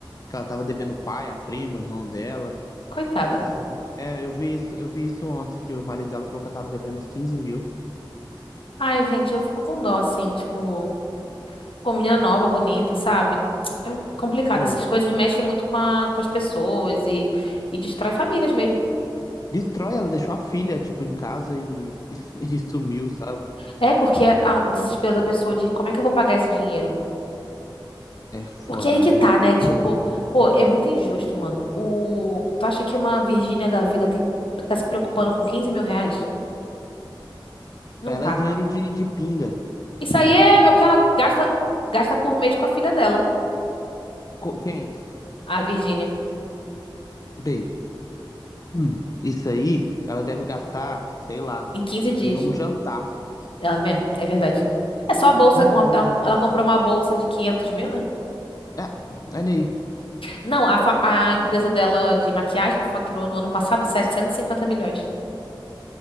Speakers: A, on the left; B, on the left.
A: que ela tava devendo o pai, a prima, o irmão dela.
B: Coitada.
A: E segundo... É, eu vi isso, eu vi isso ontem, que o marido dela falou que ela tava devendo uns 15 mil.
B: Ai, gente, eu fico com dó, assim, tipo... Pô, menina nova, bonita, sabe? É complicado.
A: Pô.
B: Essas coisas mexem muito com, a- com as pessoas e, e destrói famílias mesmo.
A: Destrói, ela deixou a filha, tipo, em casa e, e, e sumiu, sabe?
B: É, porque a- o desespero da pessoa de como é que eu vou pagar esse dinheiro?
A: É foda,
B: Porque é aí que
A: né?
B: tá, né? Tipo, pô, é muito injusto, mano. O, tu acha que uma Virgínia da vida tem, tá se preocupando com 15 mil reais? Não
A: Pra ela
B: tá.
A: é dinheiro de, de pinga.
B: Isso aí é, é o que ela gasta, gasta por mês com a filha dela.
A: Co- quem?
B: A Virgínia.
A: Baby, hum, isso aí ela deve gastar, sei lá,
B: Em 15 dias.
A: num jantar.
B: Ela mesmo, é verdade. É só a bolsa.
A: quinze
B: uma-
A: mil
B: ela,
A: reais.
B: ela comprou uma bolsa de 500 mil, né?
A: É, olha aí.
B: Não, a, fa- a empresa dela de maquiagem faturou no ano passado 750 milhões.